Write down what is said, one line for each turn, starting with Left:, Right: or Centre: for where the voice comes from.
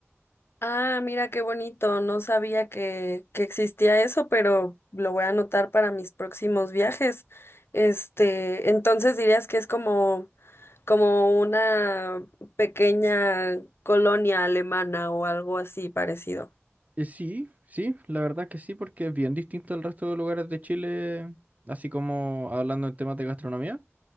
Left: Ah, mira qué bonito. No sabía que, que existía eso, pero lo voy a anotar para mis próximos viajes. Este, entonces dirías que es como, como una pequeña colonia alemana o algo así parecido.
Right: Eh, sí, sí, la verdad que sí, porque es bien distinto al resto de lugares de Chile, así como hablando en temas de gastronomía.